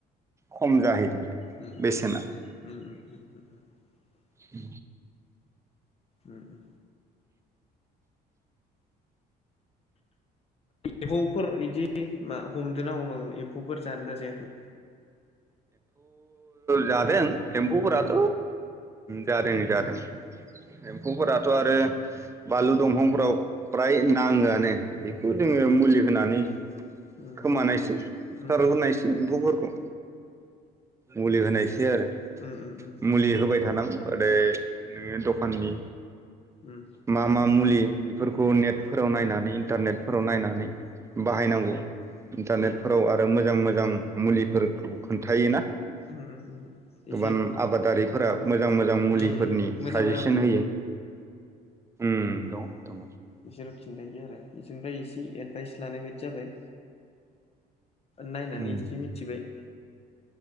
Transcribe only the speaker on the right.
खम जाहैदों।
बेसेना उ
<unintelligible> <unintelligible> जादों एम्फौफोरा <unintelligible> जादों जादों एम्फौ फोरा थ' आरो बानलु दंफांफोराव फ्राय नाङोआनो। बेखौ जोङो
मुलि होनानै।
खोमानायसै सचथार
ग्रोनायसै एम्फौ फोरखौ मुलि होनायस एसे आरो
मुलि होबाय थानांगौ। आरो नोङो दखाननि
मा मा मुलि? बेफोरखौ नेटफोराव
नायनानै इन्टारनेटफोराव नायनानै बाहायनांगौ
इन्टारनेटफोराव
आरो मोजां मो जों मुलिफोरखौ खोन्थायोना।
गोबां <inaudible> मोजां मोजां मुलिफोरनि
साजेसन होयो। उम दं दङ
उम